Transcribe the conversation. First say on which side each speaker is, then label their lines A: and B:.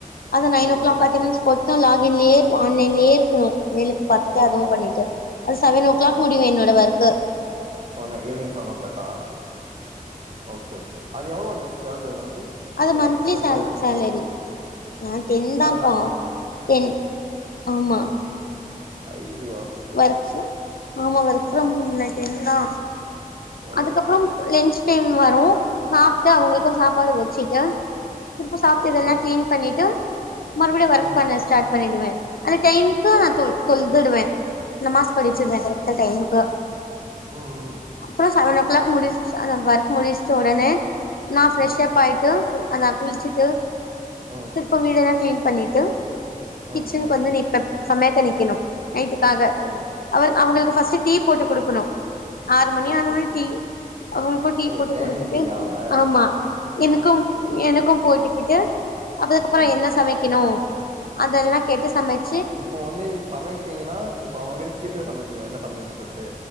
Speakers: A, on the left (about 85°); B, on the right (about 50°).
A: அது நைன்
B: ம்
A: ஓ
B: ம்
A: ஸ்போட்தா லாகின்ல்லயே இரு ஆன்லைன்லயே இருக்கணு வேல பாத்துட்டு
B: ஓகே
A: அதுவு பண்ணிட்டு அது செவன் ஓ கிளாக் முடியு என்னோட ஒர்க்
B: <unintelligible> ஈவினிங் செவன் ஓ கிளாக்கா ஓகே ஓகே அது எவ்ளோ வந்துச்சி சேல்ரி உங்களுக்கு
A: அது
B: ஒரு
A: மந்த்லி
B: டுவெண்ட்டி
A: சேல்
B: வந்திருக்குமா
A: சேலரி நா டென்தா
B: அதா அதா
A: பா
B: டுவென்
A: டென் ஆமா
B: அய்யய்யோ
A: ஒர்க் ஃப்ரம் ஆமா ஒர்க் ஃப்ரம் ஹோம்ல டென்தா
B: ஓ
A: அதுக்கப்புறம் லென்ச் டைம் வரு சாப்ட்டு அவங்களுக்கு சாப்பாடு வச்சுட்டே திருப்ப சாப்ட்டு
B: ஓகே
A: இதெல்லா கிளீன் பண்ணிட்டு மறுபடியு ஒர்க்
B: ம்
A: பண்ண ஸ்டார்ட் பண்ணிடுவே அந்த டைம்க் <unintelligible>
B: ஓ
A: நா
B: ஓகே
A: தொல் தொல்துடுவே நமாஸ் படிச்சிருவே
B: ஓ ஓகே
A: கரெக்ட்டா டைமுக்கு
B: ம் ம்
A: அப்றோ செவன் ஓ கிளாக்
B: ஓகே
A: முடிச் அந்த ஒர்க் முடிச்சுட் உடனே நா ஃப்ரெஷ்
B: ம்
A: ஆய்ட்டு ம் அ நா குளிச்சுட்டு
B: ம்
A: திருப்பம் வீடெல்லா கிளீன் பண்ணிட்டு கிச்சனுக்கு
B: ம் ம்
A: வந்து நிப்பப் சமையக்க நிக்கணு நைட்டுக்காக
B: ம்
A: அவர் அவங்களுக்கு ஃபர்ஸ்ட்டு டீ போட்டு குடுக்கணு ஆறு மணி
B: ஓகே
A: ஆனோனே
B: ஓகே
A: டீ அவங்கக்கு டீ
B: ஓ
A: போட்டு
B: டைமிங்
A: குடுத்துட்டு
B: டீயா அவங்க
A: ஆமா எனக்கும் எனக்கும் போட்டுக்கிட்டு அதுக்கப்புறோ
B: ம்
A: என்ன சமைக்கணு அதெல்லா கேட்டு சமச்
B: இப்போ வந்து சமைப்பீங்கன்னா இப்ப அவங்ககிட்ட கேட்டுதா சமைப்பீங்ளா என்ன சமையல்னு சொல்ட்டு